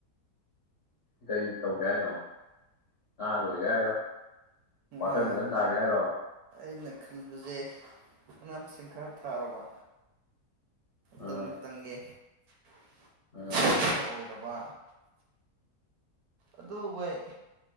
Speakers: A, on the left; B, on the right.
A: ꯀꯔꯤ ꯇꯧꯒꯦ ꯍꯥꯏꯅꯣ ꯉꯍꯥ ꯂꯣꯏꯒꯦ ꯍꯥꯏꯔꯣ ꯋꯥꯇꯔꯃꯦꯂꯟ
B: ꯑ
A: ꯊꯥꯒꯦ ꯍꯥꯏꯔꯣ
B: ꯏꯅ ꯈꯟꯕꯁꯦ ꯃꯅꯥ ꯃꯁꯤꯡ ꯈꯔ ꯊꯥꯔꯕ
A: ꯑꯥ
B: ꯇꯃ ꯇꯪꯦ
A: ꯑꯥ
B: ꯑ ꯈ ꯑꯣꯏꯔꯕ ꯑꯗꯨ ꯃꯣꯏ